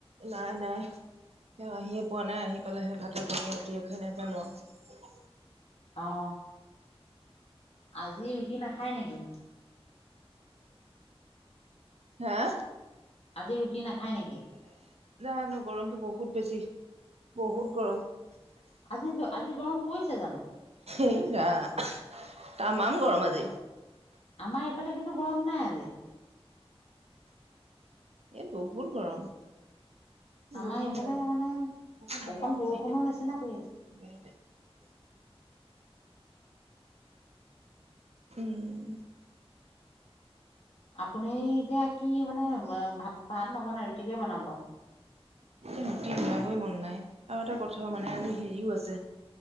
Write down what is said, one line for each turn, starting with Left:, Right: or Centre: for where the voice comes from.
Right: নাই - নাই। এও আহিয়ে পোৱা নাই আহি পালে ভাতৰ খাই নে ৰুটিয়ে খাই নাজানো আৰু
Left: অ, আজি ৰুটি নাখায় নেকি?
Right: হাহ
Left: আজি ৰুটি নাখায় নেকি?
Right: জানো গৰমতটো বহুত বেছি বহুত গৰম।
Left: আজি - আজি গৰম পৰিছে জানো।
Right: এই ৰাম তামাম গৰম আজি।
Left: আমাৰ এইফালে কিন্তু গৰম নাই আজি।
Right: এ বহুত গৰম।
Left: আমাৰ
Right: বহুত
Left: এইফালে
Right: গৰম
Left: মানে
Right: বহুত মৰমসে
Left: বকণ বৰষুণৰ
Right: মাৰিলে।
Left: নিচিনা কৰি আছে।
Right: বাহিৰতে <inaudible> উম,
Left: আপুনি এতিয়া কি মানে ভাত - ভাত নবনাই ৰুটিকে বনাব।
Right: এ ৰুটি বনাবই মন নাই আৰু এটা কথাও মানে আজি হেৰিও আছে।